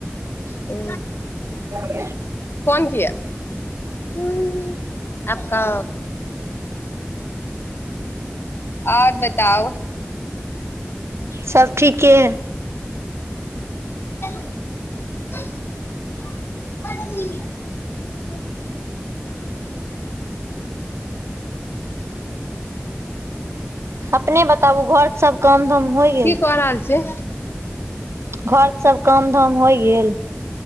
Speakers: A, on the left; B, on the right.
A: उ
B: <unintelligible>
A: कोन किया हू आपका आओर बताउ
B: सब ठीके
A: <unintelligible>
B: अपने बताबू घर सब कम धाम होइ
A: की
B: गेल
A: कऽ रहल छी
B: घर सब काम धाम होइ गेल